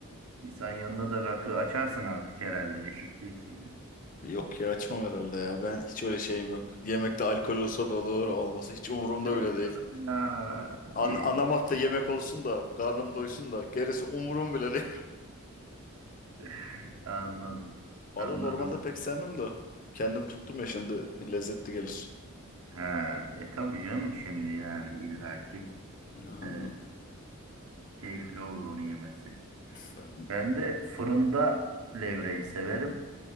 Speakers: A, on the right; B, on the left.
A: sen yanına da rakı açarsın artık herhalde eşek değilsin ya.
B: Yok ya açmam herhalde ya. Ben hiç öyle şeyim yok. Yemekte alkol olsa da olur, olmasa hiç umurumda
A: Neden
B: bile değil.
A: canım ya? Bir...
B: An ana madde yemek olsun da, karnım doysun da gerisi umurum bile değil.
A: <laughs> Anladım.
B: <laughs> Valla
A: Anladım.
B: normalde pek sevmem de kendim tuttum ya şimdi lezzetli gelir.
A: He, e tabii canım şimdi yani illaki
B: Hı. Aa,
A: e, keyifli olur onu yemesi.
B: Ben...
A: Ben de fırında levreyi severim.